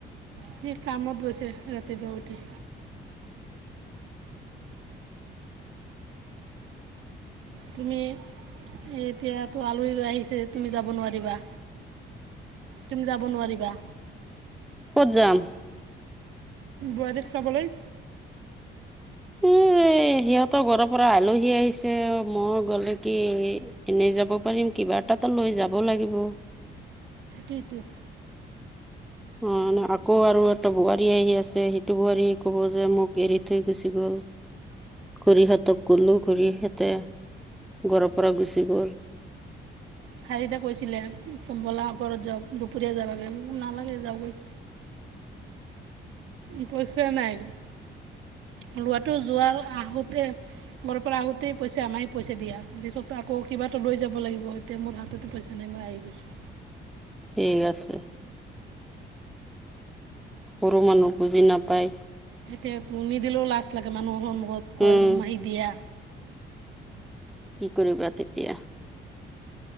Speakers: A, on the right; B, in the centre.
A: সেই কামত গৈছে ৰাতিপুৱা উঠি তুমি এতিয়া ত আলহী আহিছে তুমি যাব নোৱাৰিবা তুম যাব নোৱাৰিবা
B: ক'ত যাম
A: বোৱাৰী চাবলৈ
B: উম উ এ সিহঁতৰ ঘৰৰ পৰা আলহী আহিছে অ মই গ'লে কি এনেই যাব পাৰিম কিবা কিবা এটাতো লৈ যাব লাগিব
A: ৰিটউ
B: অ মে আকৌ আৰু এটা বোৱাৰী আহি আছে সেইটো বোৱাৰীয়ে কব যে মোক এৰি থৈ গুচি গ'ল ঘুৰিহঁতক গলো ঘৰিহঁত তে গৰ পৰাৰা গুচি গ'ল
A: খাৰিদে কৈছিলে বলা ঘৰত যাওঁ দুপৰীয়া যাবাগৈ নালাগে যাবৈ পইচা নাই
B: উ
A: লোৱাটো যোৱাৰ আহোতে ঘৰ পৰা আহোতেই পইচা আমাৰ পইচা দিয়া পিছত আকৌ কিবা লৈ যাব লাগিব এতিয়া মোৰ হাততো পইচা নাই মই আহি গৈছো
B: ঠিক আছে সৰু মানুহ বুজি নাপায়
A: এতিয়াৰ নিদিলেও লাজ লাগে মানুহৰ সন্মখত
B: উম,
A: কৈ মাহি দিয়া
B: কি কৰিবা তেতিয়া